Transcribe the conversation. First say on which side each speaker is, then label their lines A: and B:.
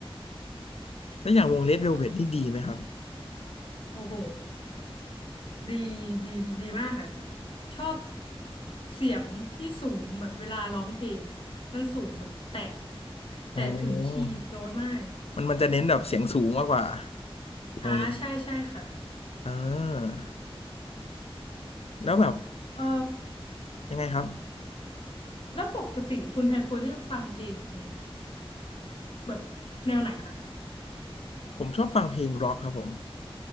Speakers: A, on the left; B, on the left.
A: แล้วอย่างวงเลดเวลเวทนี่ดีไหมครับ
B: โอ้โห ดีดีดีมากค่ะชอบเสียงที่สูงแบบเวลาร้องเพลงอะมันสูงแบบแตะแต่ถึงคีย์โน้ตมาก
A: อ๋อมันมันจะเน้นแบบเสียงสูงมากกว่าวงนี้
B: อ่าใช่ใช่ค่ะ
A: เออแล้วแบบ
B: เออ
A: ยังไงครับ
B: แล้วปกติคุณแทนคุณได้ฟังเพลงแบบแนวไหนคะ
A: ผมชอบฟังเพลงร็อกครับผม